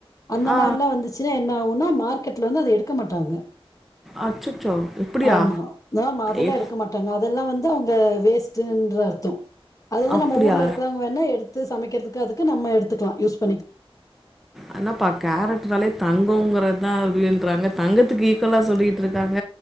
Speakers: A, on the left; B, in the centre.
A: அந்த
B: ஆ
A: மாரிலா வந்துச்சுனா என்ன ஆவோனா மார்கெட்ல வந்து அது எடுப் குடுக்க மாட்டாங்க
B: அச்சச்சோ இப்டியா
A: ஆமா ஆமா அதெல்லா
B: எ
A: எடுக்க மாட்டாங்க அதெல்லா வந்து அவுங்க வேஸ்டுன்ற அர்த்தோ அது வந்து
B: அப்டியா
A: நம்ம ஊர்ல இருக்குறவங்க வேணா எடுத்து சமைகுறதுக்கு அது இது நம்ம எடுத்துக்கலா யூஸ்ப்
B: ஆனா பா கேரட் கேரட்னாலே தங்கோங்ர தா அப்டீன்றாங்க தங்கத்துக்கு ஈக்குவலா சொல்லிகிட்டு இருக்காங்க